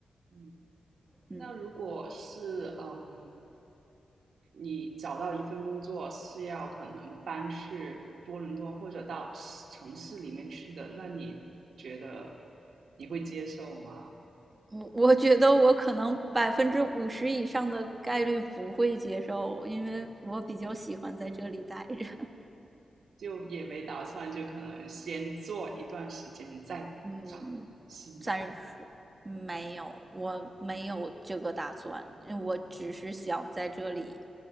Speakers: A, on the right; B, on the right.
A: 嗯。
B: 嗯，
A: 那如果是嗯，你找到一份工作是要可能搬去多伦多或者到市城市里面去的，那你觉得你会接受吗？
B: 我我觉得我可能百分之五十以上的概率不会接受，因为我比较喜欢在这里待着。
A: 就也没打算，就可能先做一段时间，再找
B: 嗯，
A: 新的。
B: 暂时没有，我没有这个打算，我只是想在这里
A: 啊